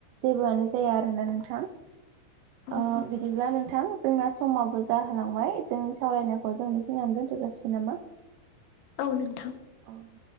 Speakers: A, on the right (about 85°); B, on the left (about 65°).
A: जेबोआनो जाया आरोना नोंथां ओ
B: औ
A: बिदिब्ला नों थां जोंना समाबो जाहोलांबाय जोंनि सावरायनायखौ जों बेखिनियानो दोन्थ' जाासिगोन नामा? <inaudible>
B: औ नोंथां।
A: औ।